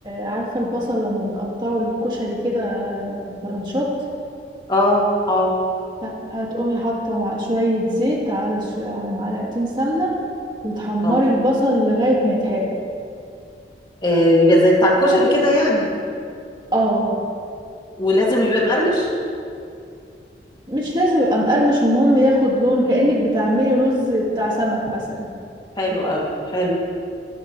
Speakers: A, on the right; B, on the left.
A: عارفة البصل لما بنقطعه للكشري كده طرنشات
B: اه اه
A: ه- هتقومي حاطة مع شوية زيت على ش... على معلقتين سمنة وتحمري
B: اه
A: البصل لغاية ما يتحرق
B: آه، يبقى زي بتاع الكشري كده يعني
A: اه
B: ولازم يبقى مقرمش
A: مش لازم يبقى مقرمش المهم ياخد لون كأنك بتعملي رز بتاع سمك مثلا
B: حلو قوي حلو